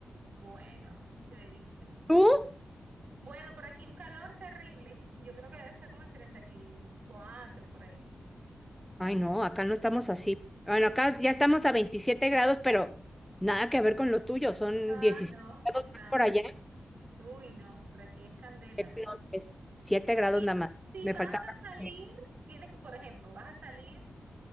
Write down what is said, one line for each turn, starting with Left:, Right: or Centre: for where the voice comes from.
Right: Bueno, severísimo.
Centre: ¿Tú?
Right: Bueno, por aquí un calor terrible. Yo creo que debe estar como en 34 por ahí.
Centre: Ay, no, acá no estamos así. Bueno, acá ya estamos a 27 grados, pero nada que ver con lo tuyo, son
Right: Ah,
Centre: diecisiete
Right: no,
Centre: grados
Right: claro.
Centre: más por allá.
Right: Uy, no, por aquí es candela.
Centre: Eh, No,
Right: <clears throat>
Centre: es 7 grados
Right: Y
Centre: nada más.
Right: si
Centre: Me
Right: vas
Centre: faltaba.
Right: a salir,
Centre: eh,
Right: tienes, por ejemplo, vas a salir